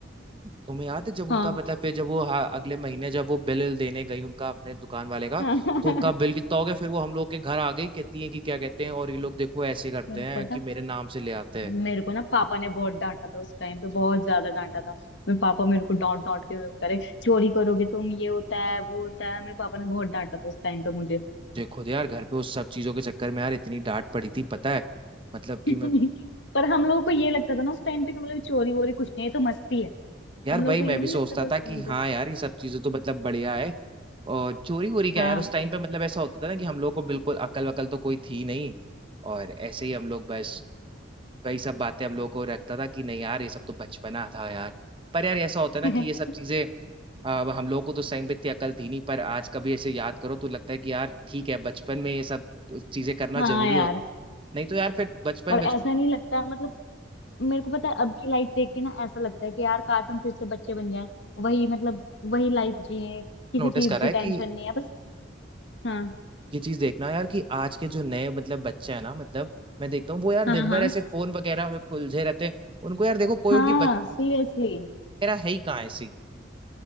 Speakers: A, on the right; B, on the left.
A: तुम्हें याद है जब
B: हाँ
A: उनका मतलब फिर जब वो हाँ, अगले महीने जब वो बिल देने गई उनका अपने दुकान वाले का
B: हाँ
A: तो उनका बिल
B: <laughs>
A: कितना हो गया फिर वो हम लोग के घर आ गई कहती है कि क्या कहते हैं और ये लोग देखो ऐसे करते
B: यार
A: हैं
B: पता
A: कि मेरे नाम से ले आते हैं
B: मेरे को ना पापा ने बहुत डांटा था उस टाइम पे बहुत ज्यादा डांटा था मेरे पापा मेरे को डांट डांट के मेरे को कह रहे चोरी करोगे तुम ये होता है वो होता है मेरे पापा ने बहुत डांटा था उस टाइम पे मुझे
A: देखो तो यार घर पे उस सब चीजों के चक्कर में यार इतनी डांट पड़ी थी पता है मतलब
B: <laughs>
A: कि मैं
B: पर हम लोगों को ये लगता था ना उस टाइम पे कि मतलब चोरी वोरी कुछ नहीं है ये तो मस्ती है
A: यार
B: हम
A: वही
B: लोगों को
A: मैं
B: ये नहीं
A: भी सोचता
B: लगता था उस
A: था कि
B: टाइम
A: हाँ
B: पे
A: यार ये सब चीजें तो मतलब बढ़िया है और चोरी वोरी क्या
B: हाँ
A: यार उस टाइम पे मतलब ऐसा होता था ना कि हम लोग को बिल्कुल अकल वकल तो कोई थी नहीं और ऐसे ही हम लोग बस वही सब बातें हम लोग को रखता था कि नहीं यार ये सब तो बचपना था यार पर यार ऐसा होता है ना कि
B: <laughs>
A: ये सब चीजें अब हम लोगों को तो उस टाइम पे इतनी अकल थी नहीं पर आज कभी ऐसे याद करो तो लगता है कि यार ठीक है बचपन में ये सब चीजें करना
B: हाँ
A: जरूरी
B: यार
A: होती नहीं तो यार फिर बचपन
B: और ऐसा
A: बचपन
B: नहीं लगता मतलब मेरे को पता है अब की लाइफ देख के ना ऐसा लगता है कि यार काश हम फिर से बच्चे बन जाएं वही मतलब वही लाइफ जिए किसी
A: नोटिस
B: चीज
A: करा
B: की
A: है
B: टेंशन
A: कि
B: नहीं है बस हाँ
A: ये चीज देखना यार कि आज के जो नए मतलब बच्चे हैं ना मतलब मैं देखता हूँ वो यार
B: हाँ
A: दिन भर
B: हाँ
A: ऐसे फोन वगैरह में उलझे रहते हैं उनको यार देखो कोई
B: हाँ
A: उनकी बच्चे
B: सीरियसली
A: वगैरह है ही कहाँ ऐसी